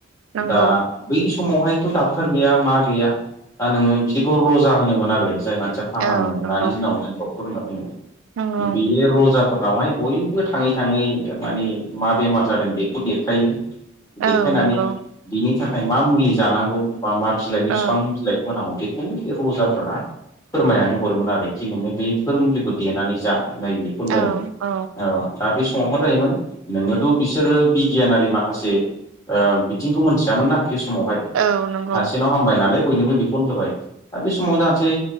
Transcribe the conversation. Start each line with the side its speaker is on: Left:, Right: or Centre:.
Right: नंगौ
Left: दा बै समावहायथ' डाक्टर गैया मा गैया दा नोङो बिदिखौ रजा होनोमोन आरो जाय मानसिया फाहामो
Right: औ नंगौ
Left: दानि दिनाव जों डक्टर होनना बुङो
Right: नंगौ
Left: बे रजाफोरनावहाय बयबो थाङै थाङै माने मा बेमार जादों बेखौ देखायो।
Right: औ
Left: देखायनानै
Right: नंगौ
Left: बिनि थाखाय मा मुलि जानांगौ बा मा बिलाइनि
Right: औ
Left: फिफां बिलाइखौ होनांगौ बेखौ बे रजाफोरा फोरमायनानै हरोमोन आरोखि नोङो बेफोर मुलिखौ देनानै जा नै बेखौ
Right: औ
Left: लों
Right: औ
Left: ओ दा बे समाव मा जायोमोन नोङोथ' बिसोरो बिगियानारि माखासे ओ बिथिंखौ मोनथियामोनना बे समावहाय सासेनाव
Right: औ नंगौ
Left: हामबाय नालाय बयनोबो बेखौनो होबाय दा बे समाव जानोसै